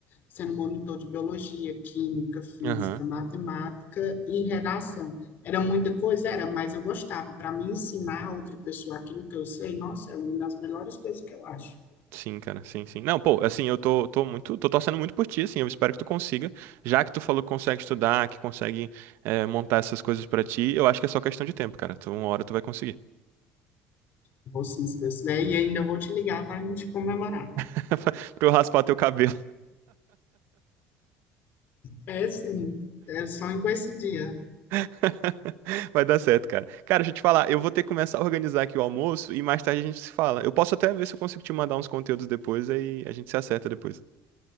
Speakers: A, on the left (about 55°); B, on the right (about 75°).
A: sendo monitor de biologia, química, física,
B: Aham.
A: matemática e redação. Era muita coisa, era, mas eu gostava. Para mim ensinar a outra pessoa aquilo que eu sei, nossa, é uma das melhores coisas que eu acho.
B: Sim, cara, sim, sim. Não, pô, assim, eu tô, tô muito, tô torcendo muito por ti, assim, eu espero que tu consiga, já que tu falou que consegue estudar, que consegue eh, montar essas coisas pra ti, eu acho que é só questão de tempo, cara, tu, uma hora tu vai conseguir,
A: Vou sim, se Deus quiser, e ainda vou te ligar para a gente comemorar.
B: <laughs> pra eu raspar teu cabelo,
A: É sim, eu sonho com esse dia.
B: <laughs> vai dar certo, cara. Cara, deixa eu te falar, eu vou ter que começar a organizar aqui o almoço e mais tarde a gente se fala, eu posso até ver se eu consigo te mandar uns conteúdos depois, aí a gente se acerta depois.